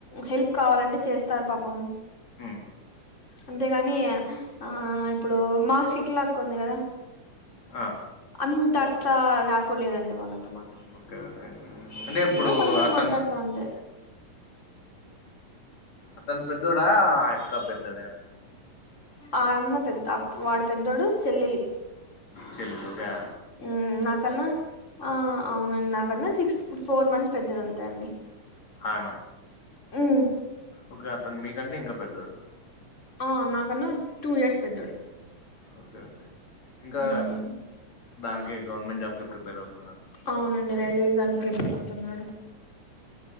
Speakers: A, on the left; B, on the left.
A: హెల్ప్ కావాలంటే చేస్తారు పాపం
B: ఉమ్,
A: అంతేగానీ ఆ ఇప్పుడూ మాషిక్లక్క ఉంది గదా
B: అ
A: అంతట్లా రాపో లేదండి వాళ్ళతో మాకి
B: ఒకే ఒకే అంటే ఇప్పుడూ
A: ఏదో కొంచెం
B: అతన్
A: మాట్లాడతాం అంతే
B: అతను పెద్దోడా ఆయక్క పెద్దదా
A: ఆ అన్న పెద్ద వాడు పెద్దోడు చెల్లిల్
B: చెల్లవుద్దా
A: మ్మ్ నాకన్నా ఆ అవునండ్ నాకన్న ఫోర్ మంత్ పెద్దదంతే అండి
B: ఆమె
A: ఉమ్
B: ఓకే అతను మీకంటే ఇంకా పెద్దోడు
A: ఆ నాకన్నా టూ ఇయర్స్ పెద్దడు
B: ఒకే ఒకే ఇంకా
A: ఉమ్
B: దానికి గవర్నమెంట్ జాబ్కి ప్రిపేర్ అవుతున్నార
A: అవునండి రైల్వే దానికి ప్రిపేర్ అవుతున్నాడు